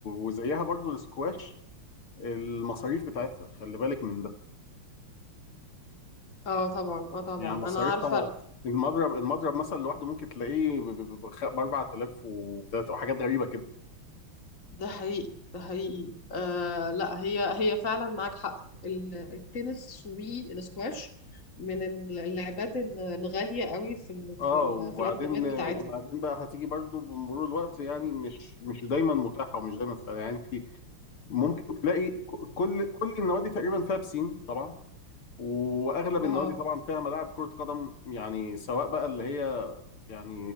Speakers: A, on the left; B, on the left.
A: وزيها برضو السكواش المصاريف بتاعتها خلي بالك من ده
B: اه طبعا اه طبعا
A: يعني مصاريفها
B: انا عارفة
A: المضرب المضرب مثلا لوحده ممكن تلاقيه ب ب- ب- خ- ب 4000 وبتلات- وحاجات غريبة كده
B: ده حقيقي ده حقيقي آه لا هي هي فعلا معاك حق ال- التنس والسكواش من ال- اللعبات ال- الغالية قوي في ال في
A: اه
B: ال
A: وبعدين
B: في الأدوات بتاعتها
A: وبعدين بقى هتيجي برضو بمرور الوقت يعني مش مش دايما متاحة ومش دايما سهلة يعني في ممكن تلاقي ك- كل كل النوادي تقريبا فيها بسين طبعا واغلب النوادي
B: اه
A: طبعا فيها ملاعب كرة قدم يعني سواء بقى اللي هي يعني